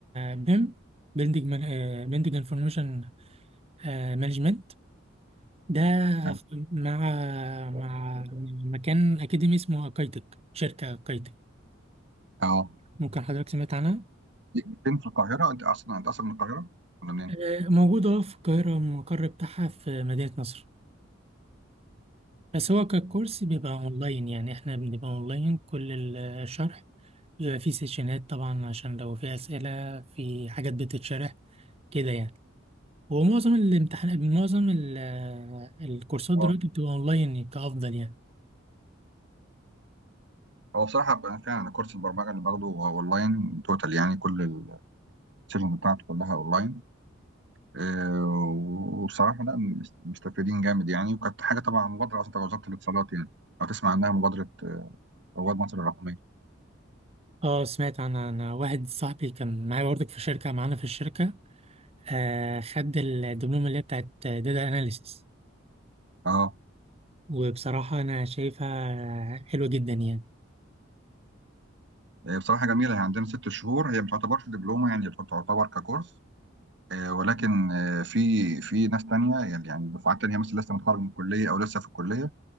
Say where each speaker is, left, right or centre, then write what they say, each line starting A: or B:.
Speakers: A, on the right; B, on the right.
A: بيم بيلدينج بيلدينج انفورميشن مانجمنت ده
B: نعم.
A: مع مع مكان أكاديمي اسمه أكايتك شركة أكايتك
B: اه
A: ممكن حضرتك سمعت عنها
B: ليك فين في القاهره انت اصلا انت اصلا من القاهره ولا منين؟
A: آه، موجودة في القاهرة المقر بتاعها في مدينة نصر بس هو ككورس بيبقى اونلاين يعني احنا بنبقى اونلاين كل الشرح بيبقى فيه سيشنات طبعا عشان لو في اسئله في حاجات بتتشرح كده يعني ومعظم الامتحانات معظم ال- الكورسات
B: اه
A: دلوقتي بتبقى اونلاين كافضل يعني
B: هو بصراحه بقى فعلا أنا كورس البرمجه اللي باخده هو اونلاين توتال يعني كل السيشن بتاعته كلها اونلاين إيه وبصراحه لا مست- مستفيدين جامد يعني وكانت حاجه طبعا مبادره اصلا تبع وزاره الاتصالات يعني لو تسمع عنها مبادره آه، رواد مصر الرقميه
A: اه سمعت عن عن واحد صاحبي كان معايا برضك في شركه معانا في الشركه آه خد الدبلومه اللي هي بتاعت داتا اناليسيس
B: اه
A: وبصراحه انا شايفها حلوه جدا يعني
B: إيه بصراحه جميله هي عندنا ست شهور هي ما تعتبرش دبلومه يعني تعتبر ككورس آه، ولكن آه، في في ناس تانية يعني يعني دفعات تانية مثلا لسه متخرج من الكلية أو لسه في الكلية